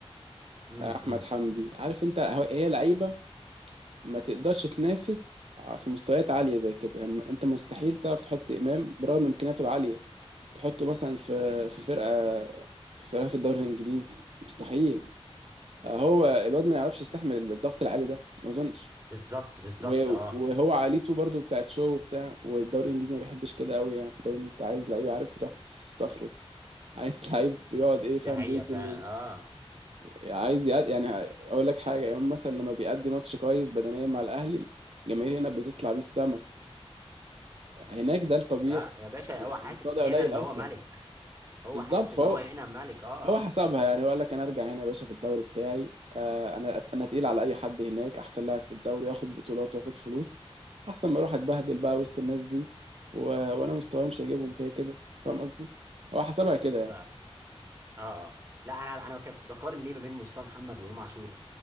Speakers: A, on the right; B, on the right.
A: امم
B: آه، احمد
A: امم
B: حمدي عارف انت هو- هي لعيبه ما تقدرش تنافس ع- في مستويات عاليه زي كده أم- انت مستحيل تعرف تحط امام برغم امكانياته العاليه تحطه مثلا في في فرقه في فرقه في الدوري الانجليزي مستحيل هو الواد ما يعرفش يستحمل الضغط العالي ده ما اظنش
A: بالظبط بالظبط
B: و-
A: اه
B: وهو عاليته برضو بتاعت شو وبتاع والدوري الانجليزي ما بيحبش كده قوي يعني الدوري الانجليزي ده عايز لعيب عارف بتحفر في الصخر ده. عايز <laughs> لعيب بيقعد ايه فاهم
A: دي حقيقة
B: بيجري
A: فعلا
B: و-
A: اه
B: عايز يقعد يعني اقول لك حاجه يوم مثلا لما بيأدي ماتش كويس بدنيا مع الاهلي الجماهير هنا بتطلع بيه السما هناك ده الطبيعي
A: لا يا باشا
B: يعني
A: هو حاسس
B: المستوى ده
A: هنا
B: قليل
A: ان
B: اصلا
A: هو ملك هو
B: بالظبط
A: حاسس
B: فهو
A: ان هو هنا ملك اه
B: هو حسبها
A: اه
B: يعني وقال لك انا ارجع هنا يا باشا في الدوري بتاعي آه، انا انا تقيل على اي حد هناك احسن لاعب في الدوري اخد بطولات واخد فلوس احسن ما اروح اتبهدل بقى وسط الناس دي و... وانا مستواي مش هيجيبهم كده كده فاهم قصدي هو حسبها كده يعني
A: ف اه اه لا انا انا كنت بقارن ليه ما بين مصطفى محمد وامام عاشور